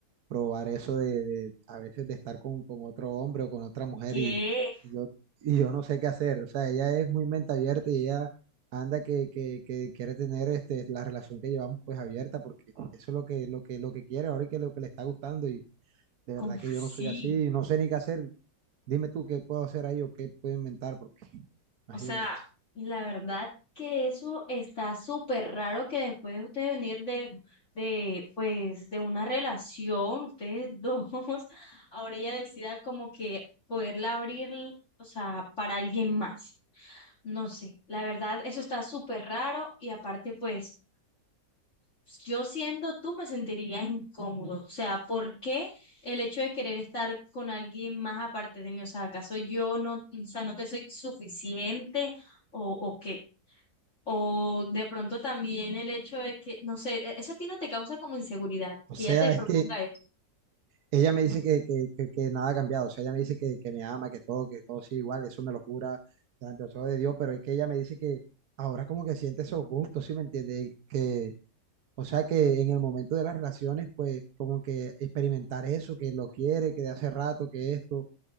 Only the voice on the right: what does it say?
probar eso de, de a veces de estar con, con otro hombre o con otra mujer
y, y yo, y yo no sé qué hacer. O sea, ella es muy mente abierta y ella anda que, que, que quiere tener este, la relación que llevamos pues abierta porque eso es lo que, lo que, lo que quiere ahora y que lo que le está gustando y de
verdad que yo
no soy así, no sé ni qué hacer. Dime tú qué puedo hacer ahí o qué puedo inventar porque imagínate.
O
sea,
es que
Ella me dice que, que, que- que nada ha cambiado, o sea, ella me dice que, que me ama, que todo, que todo sigue igual, eso me lo jura delante de los ojos de Dios, pero es que ella me dice que ahora como que siente esos gustos, ¿sí me entiende? Y Que, o sea, que en el momento de las relaciones, pues como que experimentar eso, que lo quiere, que de hace rato, que esto,